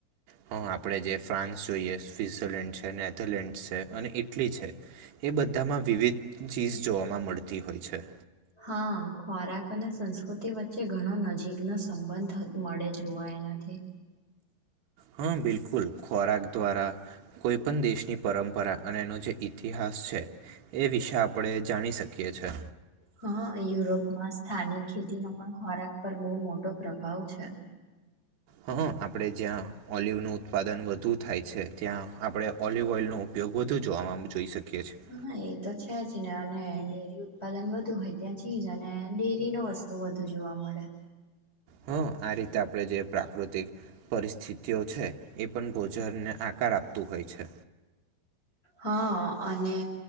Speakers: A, on the right; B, on the left.
A: હા આપણે જે ફ્રાન્સ જોઈએ સ્વઝરલેન્ડ છે, નેધરલેન્ડ છે અને ઈટલી છે, એ બધામાં વિવિધ ચીઝ જોવાવામાં મળતી હોય છે.
B: હા, ખોરાક અને સંસ્કૃતિ વચ્ચે ઘણો નજીકનોમ સંબંધ મળે જોવા એનાથી.
A: હા, બિલકુલ ખોરાક દ્વારા કોઈ પણ દેશની પરંપરા અને એનો જે ઇતિહાસ છે, એ વિશે આપણેે જાણી શકીએ છીએ.
B: હા યુરોપમાં સ્થાનિક ખેતીનો પણ ખોરાક પર બહુ મોટો પ્રભાવ છે.
A: હા, આપણેે જ્યાં ઓલિવ નું ઉત્પાદન વધુ થાય છે, ત્યાં આપડે ઓલિવ ઓઈલ ન ઉપયોગ વધુ જોવા જોઈ શકીએ. છીએ
B: હા એ તો છે જ ને અને અને ડેરી ઉત્પાદન વધુ હોય ત્યાં ચીજ અને ડેરી ન વસ્તુ વધુ જોવા મળે.
A: હ, આ રીતે આપડે જે પ્રાકૃત પરિસ્થિતિઓ છે. એ પણ બોજારને કાર આપતું હોય છે.
B: હા અને